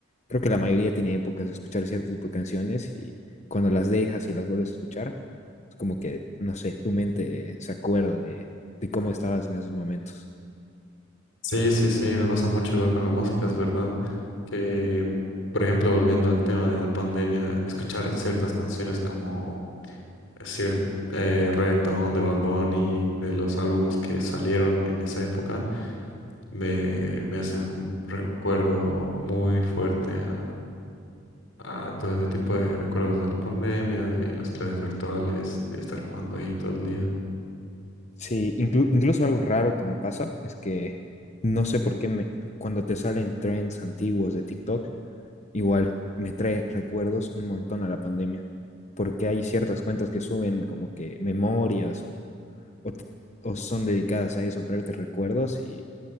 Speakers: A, on the left; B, on the left.
A: creo que la mayoría tiene épocas de escuchar cierto tipo de canciones y cuando las dejas y las vuelves a escuchar, es como que, no sé, tu mente se acuerda de, de cómo estabas en esos momentos.
B: Sí, sí, sí, me pasa mucho igual con la música, es verdad. Que, por ejemplo, volviendo al tema de la pandemia, escuchar ciertas canciones como cierto reggaetón de Bad Bunny, de los álbumes que salieron en esa época, me, me hacen un recuerdo muy fuerte a a todo ese tipo de recuerdos de la pandemia, de las clases virtuales, de estar jugando ahí todo el día.
A: Sí, inclu- incluso algo raro que me pasa es que no sé por qué me, cuando te salen trends antiguos de TikTok, Igual, me trae recuerdos un montón a la pandemia, porque hay ciertas cuentas que suben como que memorias o, o, t- o son dedicadas a eso, a traerte recuerdos y,